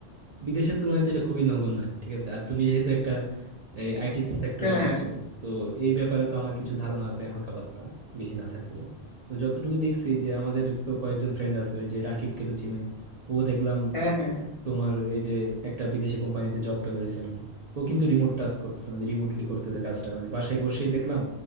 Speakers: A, on the right; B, on the left.
A: বিদেশের তুলনায় তো এটা খুবই নগণ্য ঠিক আছে আর তুমি যেহেতু একটা আইটি সেক্টরে
B: হ্যাঁ
A: আছো তো এই ব্যাপারে তো আমার কিছু ধারণা আছে হালকা পাতলা বেশি না থাকলেও তো যতটুকু দেখছি যে আমাদের তো কয়েকজন ফ্রেন্ড আছে ওই যে রাকিবকে তো চিনোই ও দেখলাম
B: হ্যাঁ হ্যাঁ হ্যাঁ।
A: তোমার এই যে একটা বিদেশি কোম্পানিতে জব পেলো রিসেন্টলি ও কিন্তু রিমোট টাস্ক করতেছে মানে রিমোটলি করতেছে কাজটা মানে বাসায় বসেই দেখলাম